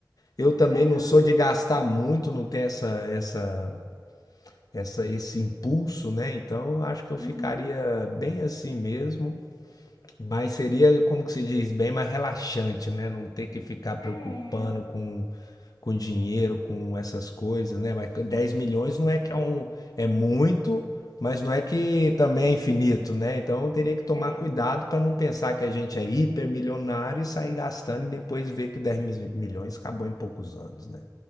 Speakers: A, on the left; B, on the left.
A: Eu também
B: aham,
A: não sou de gastar muito, não tenho essa, essa essa esse impulso, né? Então, eu acho que eu
B: uhum,
A: ficaria bem assim mesmo, mas seria, como que se diz, bem mais relaxante, né? Não ter que ficar preocupando
B: é,
A: com, com dinheiro, com essas coisas, né? Mas 10 milhões não é
B: é.
A: que é um é muito, mas não é que também é infinito, né? Então, eu teria que tomar
B: é.
A: cuidado para não pensar que a gente é hipermilionário e sair gastando e depois ver que dez mi- milhões acabou em poucos anos, né?